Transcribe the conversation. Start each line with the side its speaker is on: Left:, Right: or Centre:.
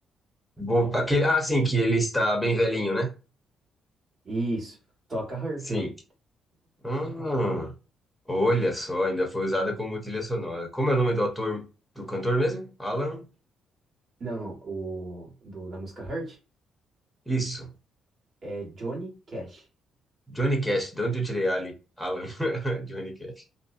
Centre: Vou, aquele, ah, sim, que ele está bem velhinho, né?
Right: Isso. Toca Hurt
Centre: Sim.
Right: lá.
Centre: Ah, olha só, ainda foi usada como trilha sonora. Como é o nome do ator, do cantor mesmo? Alan?
Right: Não, não. O, do, da música Hurt
Centre: Isso.
Right: é Johnny Cash.
Centre: Johnny Cash. De onde eu tirei Ali? Alan. <laughs> Johnny Cash.